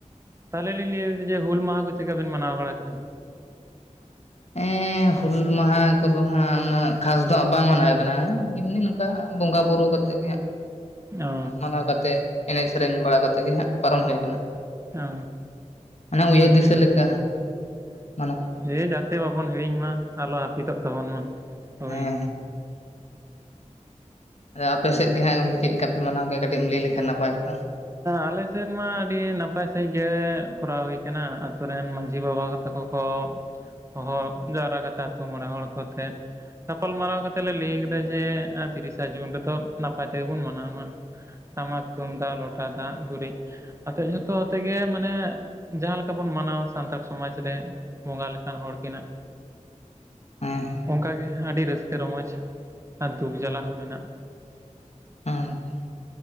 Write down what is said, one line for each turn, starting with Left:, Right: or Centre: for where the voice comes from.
Right: ᱛᱟᱦᱚᱞᱮ ᱞᱤᱧ ᱞᱧᱟᱹᱭᱟ <inaudible> ᱡᱮ ᱦᱩᱞ ᱢᱟᱦᱟ ᱠᱚ ᱪᱤᱠᱟᱹ ᱵᱤᱱ ᱢᱟᱱᱟᱣ ᱵᱟᱲᱟ ᱠᱮᱫᱟ?
Left: ᱮᱻᱻ ᱦᱩᱞ ᱢᱟᱦᱟ ᱠᱚᱫᱚ ᱦᱟᱸᱜ ᱩᱱᱟᱹᱜ ᱠᱷᱟᱥ ᱫᱚᱜ ᱵᱟᱝ ᱢᱟᱱᱟᱶ ᱠᱟᱱᱟ ᱮᱢᱱᱤ <inaudible> ᱱᱚᱝᱠᱟ ᱵᱚᱸᱜᱟ ᱵᱩᱨᱩ ᱠᱟᱛᱮ <unintelligible> ᱜᱮ ᱦᱟᱸ
Right: ᱚ
Left: ᱢᱟᱱᱟᱶ ᱠᱟᱛᱮ ᱮᱱᱮᱡ ᱥᱮᱨᱮᱧ ᱵᱟᱲᱟ ᱠᱟᱛᱮᱫ ᱜᱮ ᱦᱟᱸᱜ ᱯᱟᱨᱚᱢ ᱦᱩᱭ ᱠᱟᱱᱟ᱾
Right: ᱚ
Left: ᱢᱟᱱᱮ ᱩᱭᱦᱟᱹᱨ
Right: ᱦᱮᱸ
Left: ᱫᱤᱥᱟᱹ ᱞᱮᱠᱟ ᱢᱟᱱᱟᱣ ᱠᱟᱛᱮ᱾
Right: ᱦᱮᱸ <unintelligible> ᱛᱮ ᱵᱟᱵᱚᱱ ᱦᱤᱲᱤᱧ ᱢᱟ ᱟᱞᱚ ᱦᱟᱹᱯᱤᱫᱚᱜ ᱛᱟᱵᱚᱱ ᱢᱟ᱾ ᱦᱳᱭ
Left: ᱦᱮᱸᱮᱸ ᱟᱫᱚ ᱟᱯᱮ ᱥᱮᱫ ᱜᱮ ᱦᱟᱸᱜ ᱜᱚᱢᱠᱮ ᱪᱮᱫ ᱞᱮᱠᱟ ᱯᱮ ᱢᱫᱮ ᱢᱟᱱᱟᱣ ᱠᱮᱜᱼᱟ ᱠᱟᱹᱴᱤᱡ ᱮᱢ ᱞᱟᱹᱭ ᱞᱮᱠᱷᱟᱱ ᱱᱟᱯᱟᱭ ᱠᱚᱜᱼᱟ
Right: ᱟᱞᱮ ᱥᱮᱫ ᱢᱟ ᱟᱹᱰᱤ ᱱᱟᱯᱟᱭ ᱥᱟᱺᱦᱤᱡ ᱜᱮ ᱠᱚᱨᱟᱣ ᱦᱩᱭ ᱟᱠᱟᱱᱟ ᱟᱛᱳ ᱨᱮᱱ ᱢᱟᱺᱡᱷᱤ ᱵᱟᱵᱟ ᱠᱚ ᱛᱟᱠᱚ ᱠᱚ ᱦᱚᱦᱚ ᱡᱟᱣᱨᱟ ᱠᱟᱛᱮ ᱟᱛᱳ ᱢᱚᱬᱮ ᱦᱚᱲ ᱠᱚᱛᱮ ᱜᱟᱯᱟᱞ ᱢᱟᱨᱟᱣ ᱠᱟᱛᱮᱜ ᱞᱮ ᱞᱟᱹᱭ ᱠᱮᱫᱟ ᱡᱮ ᱛᱤᱨᱤᱥᱟ ᱡᱩᱱ ᱨᱮᱫᱚ ᱱᱟᱯᱟᱭ ᱛᱮᱜᱮ ᱵᱚᱱ ᱢᱟᱱᱟᱣᱢᱟ᱾ ᱴᱟᱢᱟᱠ ᱛᱩᱢᱫᱟᱜ ᱞᱚᱴᱟ ᱫᱟᱜ ᱜᱩᱨᱤᱡ ᱟᱛᱮᱫ ᱡᱚᱛᱚ ᱟᱛᱮ ᱜᱮ ᱢᱟᱱᱮ ᱡᱟᱦᱟᱸ ᱞᱮᱠᱟ ᱵᱚᱱ ᱢᱟᱱᱟᱣ ᱥᱟᱱᱛᱟᱲ ᱥᱚᱢᱟᱡᱽ ᱨᱮ ᱵᱚᱸᱜᱟ ᱞᱮᱠᱟᱱ ᱦᱚᱲᱠᱤᱱᱟᱜ
Left: ᱦᱮᱸ
Right: ᱚᱱᱠᱟ ᱜᱮ ᱟᱹᱰᱤ ᱨᱟᱹᱥᱠᱟᱹ ᱨᱚᱢᱚᱡᱽ ᱟᱨ ᱫᱩᱠ ᱡᱟᱞᱟ ᱦᱚᱸ ᱢᱮᱱᱟᱜ
Left: ᱟᱸᱪ ᱪᱷᱟ